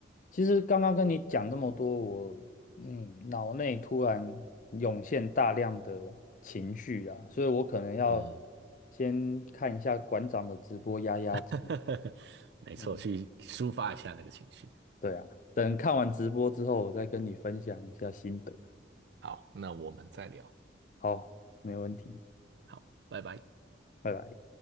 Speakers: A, on the left; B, on the right.
A: 其实刚刚跟你讲这么多，我嗯脑内突然涌现大量的情绪啦，所以我可能要
B: 嗯，
A: 先看一下馆长的直播压压惊。
B: <laughs> 没错，
A: 嗯，
B: 去抒发一下那个情绪。
A: 对啊，等看完直播之后，我再跟你分享一下心得。
B: 好，那我们再聊。
A: 好，没问题，
B: 好，拜拜。
A: 拜拜。